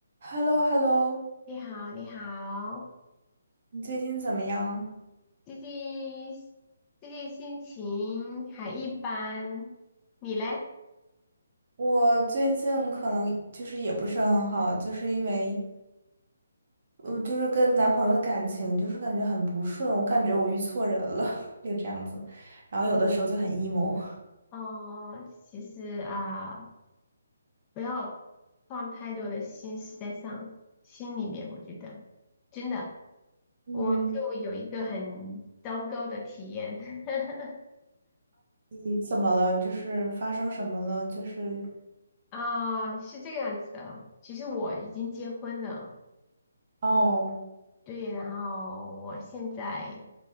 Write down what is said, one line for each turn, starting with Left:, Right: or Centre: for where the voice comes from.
Right: h e l l o h e l l o
Left: 你好，你好，
Right: 你最近怎么样？
Left: 最近最近心情还一般，你嘞？
Right: 我最近可能就是也不是很好，就是因为，嗯，就是跟男朋友的感情就是感觉很不顺，我感觉我遇错人了，<laughs> 就这样子，然后有的时候就很 emo。
Left: 哦，其实啊，不要放太多的心思在上心里面，我觉得真的，
Right: 嗯，
Left: 我就有一个很糟糕的体验 <laughs>
Right: 你怎么了？就是发生什么了？就是，
Left: 啊，是这个样子的，其实我已经结婚了。
Right: 哦，
Left: 对，然后我现在